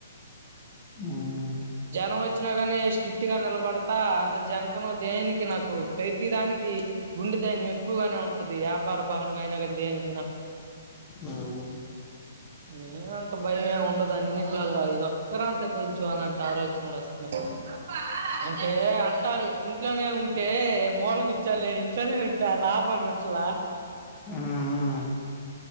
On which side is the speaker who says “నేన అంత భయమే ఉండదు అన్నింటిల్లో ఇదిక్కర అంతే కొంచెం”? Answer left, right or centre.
Right